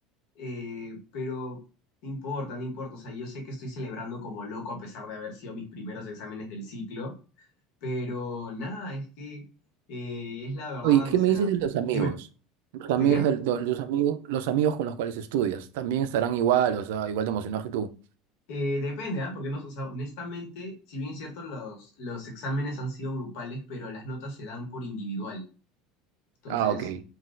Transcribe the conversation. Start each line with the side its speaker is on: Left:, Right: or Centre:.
Left: Eh, pero no importa, no importa. O sea, yo sé que estoy celebrando como loco a pesar de haber sido mis primeros exámenes del ciclo, pero nada, es que eh, es la verdad,
Right: Oye, ¿qué
Left: o sea,
Right: me dices de los amigos?
Left: dime,
Right: Los amigos,
Left: ¿de qué?
Right: del- do- los amigos, los amigos con los cuales estudias, ¿también estarán igual, o sea, igual de emocionados que tú?
Left: Eh, depende, ¿ah? Porque no, o sea, honestamente, si bien es cierto, los, los exámenes han sido grupales, pero las notas se dan por individual. Entonces,
Right: Ah, ok.